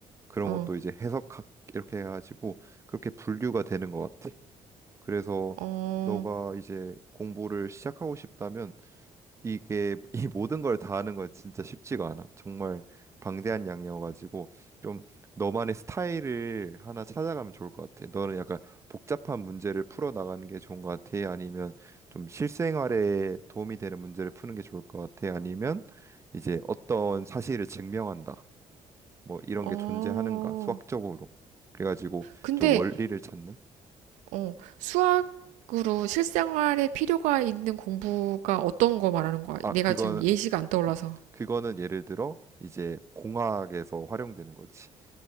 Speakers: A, on the right; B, on the right.
A: 그런
B: 어,
A: 것도 이제 해석학 이렇게 해가지고 그렇게 분류가 되는 것 같아. 그래서
B: 어,
A: 너가 이제 공부를 시작하고 싶다면 이게 <laughs> 이 모든 걸 다 하는 건 진짜 쉽지가 않아. 정말 방대한 양이어가지고 좀 너만의 스타일을 하나 찾아가면 좋을 것 같아. 너는 약간 복잡한 문제를 풀어 나가는 게 좋은 것 같아. 아니면 좀 실생활에 도움이 되는 문제를 푸는 게 좋을 것 같아. 아니면 이제 어떤 사실을 증명한다. 뭐 이런
B: 어.
A: 게 존재하는가 수학적으로. 그래가지고
B: 근데
A: 좀 원리를 찾는.
B: 어, 수학으로 실생활에 필요가 있는 공부가 어떤 거 말하는 거야?
A: 아
B: 내가
A: 그건
B: 지금 예시가 안 떠올라서.
A: 음 그거는 예를 들어 이제 공학에서 활용되는 거지.